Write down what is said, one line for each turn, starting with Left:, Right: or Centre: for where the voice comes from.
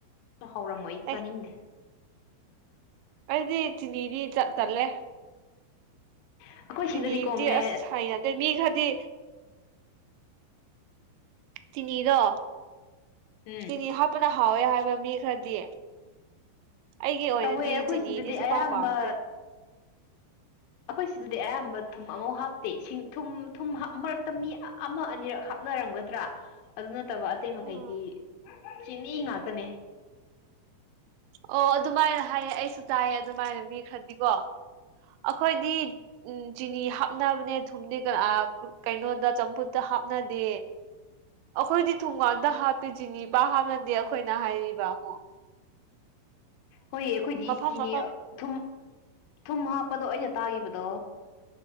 Left: ꯍꯥꯎꯔꯝꯃꯣꯏ ꯆꯥꯅꯤꯡꯗꯦ
Right: ꯑꯦ ꯑꯩꯗꯤ ꯆꯤꯅꯤꯗꯤ ꯆꯠ ꯇꯜꯂꯦ
Left: ꯑꯩꯈꯣꯏ
Right: ꯆꯤꯅꯤꯗꯤ
Left: ꯁꯤꯗꯗꯤꯀꯣ ꯃꯦ
Right: ꯑꯁ ꯍꯩꯅꯗꯦ ꯃꯤ ꯈꯔꯗꯤ ꯆꯤꯅꯤꯗꯣ
Left: ꯎꯝ
Right: ꯆꯤꯅꯤ ꯍꯥꯞꯄꯅ ꯍꯥꯎꯋꯦ ꯍꯥꯏꯕ ꯃꯤ ꯈꯔꯗꯤ ꯑꯩꯒꯤ ꯑꯣꯏꯅꯗꯤ
Left: ꯇꯧꯋꯦ ꯑꯩꯈꯣꯏ
Right: ꯆꯤꯅꯤꯗꯤ
Left: ꯁꯤꯗꯗꯤ
Right: ꯁꯨꯛꯄꯥꯝ
Left: ꯑꯌꯥꯝꯕ
Right: ꯄꯥꯝꯗ꯭ꯔꯦ
Left: ꯑꯩꯈꯣꯏ ꯁꯤꯗꯗꯤ ꯑꯌꯥꯝꯕ ꯊꯨꯝ ꯑꯝꯐꯥꯎ ꯍꯥꯞꯇꯦ ꯁꯤꯡ ꯊꯨꯝ ꯊꯨꯝ ꯍꯥꯞ ꯃꯔꯛꯇ ꯃꯤ ꯑꯃ ꯑꯅꯤꯔꯛ ꯍꯥꯞ ꯅꯔꯝꯒꯗ꯭ꯔꯥ ꯑꯗꯨ ꯅꯠꯇꯕ ꯑꯇꯩ ꯃꯈꯩꯗꯤ
Right: ꯎꯝ
Left: ꯆꯤꯅꯤ ꯉꯥꯛꯇꯅꯦ
Right: ꯑꯣ ꯑꯗꯨꯃꯥꯏꯅ ꯍꯥꯏꯌꯦ ꯑꯩꯁꯨ ꯇꯥꯏꯌꯦ ꯑꯗꯨꯃꯥꯏꯅ ꯃꯤ ꯈꯔꯗꯤꯀꯣ ꯑꯩꯈꯣꯏꯗꯤ ꯎꯝ ꯆꯤꯅꯤ ꯍꯥꯞꯅꯕꯅꯦ ꯊꯨꯝꯗꯤ ꯀꯅꯥ ꯑꯥ ꯀꯩꯅꯣꯗ ꯆꯝꯐꯨꯠ ꯇ ꯍꯥꯞꯅꯗꯦ ꯑꯩꯈꯣꯏꯗꯤ ꯊꯨꯝꯉꯥꯛꯗ ꯍꯥꯞꯄꯦ ꯆꯤꯅꯤ ꯄꯥꯛ ꯍꯥꯞꯅꯗꯦ ꯑꯩꯈꯣꯏꯅ ꯍꯥꯏꯔꯤꯕ ꯑꯃꯨꯛ
Left: ꯍꯣꯏꯌꯦ ꯑꯩꯈꯣꯏꯗꯤ
Right: ꯃꯐꯝ
Left: ꯆꯤꯅꯤ
Right: ꯃꯐꯝ
Left: ꯊꯨꯝ ꯊꯨꯝ ꯍꯥꯞꯄꯗꯣ ꯑꯩꯅ ꯇꯥꯈꯤꯕꯗꯣ